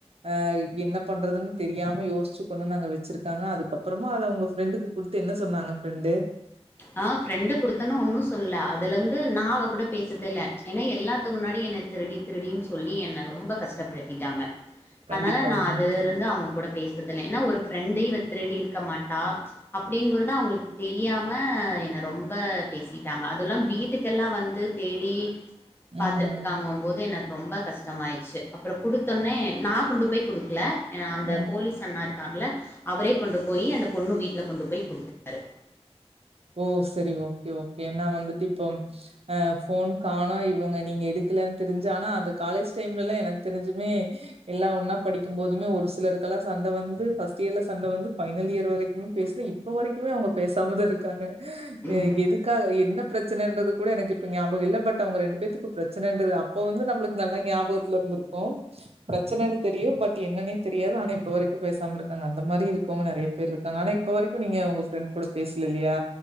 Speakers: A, on the right; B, on the left.
A: ஆஹ் என்ன பண்றதுன்னு தெரியாம யோசிச்சு கொன்னு நாங்க வச்சிருக்காங்க அதுக்கப்புறமா அதை உங்க ஃப்ரெண்டுக்கு குடுத்து என்ன சொன்னாங்க ஃப்ரெண்டு
B: ஆஹ் ஃரெண்டு கொடுத்தன்னும் ஒன்னும் சொல்ல அதுல இருந்து நான் அவ கூட பேசுறத இல்ல ஏன்னா எல்லாத்து முன்னாடி என்ன திருடி திருடனு சொல்லி என்ன ரொம்ப கஷ்டப்படுத்திட்டாங்க
A: கண்டிப்பா
B: அதனால நான் அதுல
A: ம்
B: இருந்து அவங்க கூட பேசுதல ஏன்னா ஒரு பிரெண்டு இவ திரடி இருக்க மாட்டா அப்படிங்கறத அவங்களுக்கு தெரியாம ஹ என் ரொம்ப பேசிட்டாங்க அதெல்லாம் வீட்டுக்கெல்லாம் வந்து தேடி பாத்துட்டுக்கங்க
A: ம்
B: போது எனக் ரொம்ப கஷ்டமாயிடுச்சு அப்புறம் குடுத்தோனே நான் கொண்டு போய் குடுக்கல யா அந்த
A: ம்.
B: போலீஸ் அண்ணா காருல அவரே கொண்டு போய் அந்த பொண்ணு வீட்ல கொண்டு போய் கொடுத்தாரு
A: ஓ சரி ஓ ஓகே ஏன்னா வந்துட்டு இப்போ அஹ் போன் காணம் இவங்க நீங்க எடுக்கலன்னு தெரிஞ்சு ஆனா அந்த காலேஜ் டைம்லல்லாம் எனக்கு தெரிஞ்சுமே எல்லா ஒன்னா படிக்கும் போதுமே ஒரு சிலருக்கெல்லாம் சண்டை வந்து ஃபர்ஸ்ட் இயர்ல சண்டை வந்து பஃபைனல் இயர் வரைக்குமே பேசல இப்ப வரைக்குமே அவங்க பேசாமதான் இருக் காங்க
B: ம்
A: எதுக்காக என்ன பிரச்சனைன்றது கூட எனக்கு இப்ப ஞாபகம் இல்ல பட் அவங்க ரெண்டு பேர்க்கும் பிரச்சனைது அப்ப வந்து ந நல்லா ஞாபகத்துல இரு இருக்கும் பிரச்சனை தெரியும் பட் என்னே தெரியாது ஆனா இப்ப வரைக்கும் பேசாம இருக்காங்க அந்த மாதிரி இருங்க நைய பே இருக்காங்க ஆனா இப்ப வரைங்கங்கண்ட் கூ இங்குல்லயா